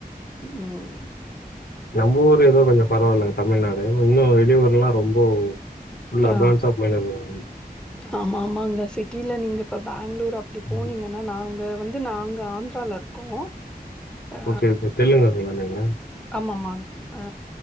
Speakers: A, in the centre; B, on the left (about 80°).
A: உம்
B: நம்ம ஊர் ஏதோ கொஞ்ச பரவால்ல தமிழ்நாடு இன்னும் வெளியூர்லாம் ரொம்ப ஃபுல்
A: ஆ
B: அட்வான்ஸா போயின் இருக்காங்க
A: ஆமா ஆமாங்க சிட்டில நீங்க இப்ப பா பெங்களூர் அப்படி போனீங்கன்னா
B: ம்
A: நாங்க வந்து ந்து நாங்க ஆந்திரில இருக்கோம் ஆ
B: ஓகே ஓகே தெல்லுங் கரங்கலா நீங்க
A: ஆமாமா ஆ